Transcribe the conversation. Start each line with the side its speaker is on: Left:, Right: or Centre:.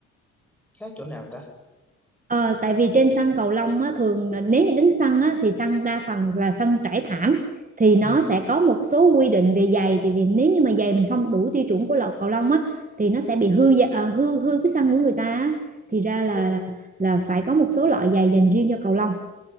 Centre: khác chỗ nào ta?
Right: Ờ, tại vì trên sân cầu lông á, thường là nếu như đánh sân á, thì sân đa phần là sân trải thảm thì nó
Centre: Ừ,
Right: sẽ có một số quy định về giày thì vì nếu như mà giày mình không đủ tiêu chuẩn của lọ cầu lông á thì nó sẽ bị hư gia- ờ, hư hư cái sân của người ta á. Thì ra là
Centre: Ủa,
Right: là phải có một số loại giày dành riêng cho cầu lông